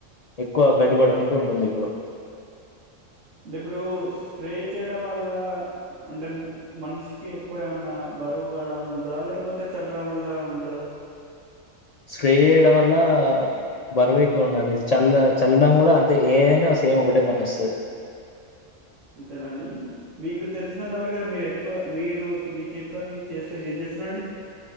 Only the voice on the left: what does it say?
ఎక్కువ గడ్డిపడుకుంటూ ఉంటుంది ఇప్పుడు.
స్ప్రే చేయడం వల్ల బరువు ఎక్కువ ఉండాలి చల్ల చల్లడం కూడా అంతే ఏదైనా సేమ్ ఒకటే పనిస్తది.